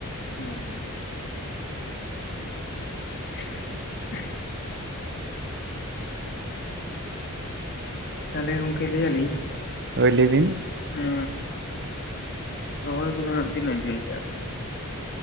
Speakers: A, on the left (about 50°); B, on the right (about 55°).
A: ᱦᱳᱭ᱾ <inaudible> ᱛᱟᱦᱞᱮ ᱜᱚᱝᱠᱮ ᱞᱟᱹᱭᱮᱜ ᱟᱞᱤᱧ?
B: ᱦᱳᱭ ᱞᱟᱹᱭ ᱵᱤᱱ᱾
A: ᱮᱸᱻ ᱨᱚᱦᱚᱭ ᱠᱚᱫᱚ ᱦᱟᱸᱜ ᱛᱤᱱᱟᱹᱜ ᱡᱷᱟᱹᱞ ᱠᱟᱜᱼᱟ ᱯᱮ?